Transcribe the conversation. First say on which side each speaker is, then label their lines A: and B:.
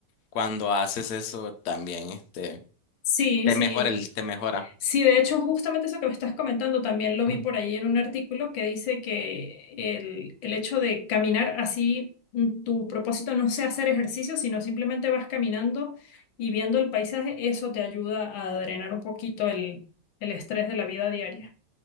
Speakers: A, on the left (about 70°); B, on the left (about 80°).
A: Cuando haces eso también, este,
B: Sí,
A: te
B: sí,
A: mejora el, te mejora.
B: Sí, de hecho, justamente eso que me estás comentando también lo vi
A: <clears throat>
B: por ahí en un artículo que dice que el, el hecho de caminar así, mm, tu propósito no sea hacer ejercicio, sino simplemente vas caminando y viendo el paisaje, eso te ayuda a drenar un poquito el, el estrés de la vida diaria.